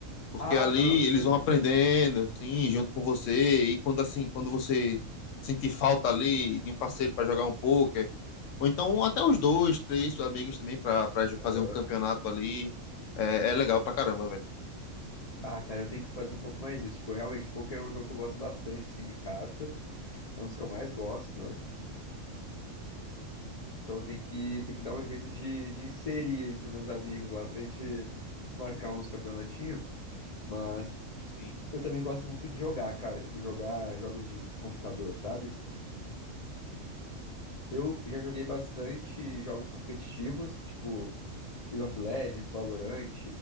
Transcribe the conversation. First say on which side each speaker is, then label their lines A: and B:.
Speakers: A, on the left; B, on the left.
A: Porque
B: Ah,
A: ali
B: não, sim.
A: eles vão aprendendo, assim, junto com você, e quando assim, quando você sentir falta ali de um parceiro para jogar um poker, ou então até os dois, três amigos também para para fazer
B: Aham.
A: um campeonato ali, é, é legal pra caramba, velho.
B: Ah, cara, eu tenho que fazer um pouco mais isso. Tipo, realmente, poker é um jogo que eu gosto bastante, assim, de carta. É um dos que eu mais gosto, né? Então eu tenho que, tenho que dar um jeito de, de inserir entre meus amigos lá pra gente marcar uns campeonatinhos. Mas
A: Sim.
B: eu também gosto muito de jogar, cara. Tipo, jogar jogos de, de computador, sabe? Eu já joguei bastante jogos competitivos, tipo League of Legends, Valorant,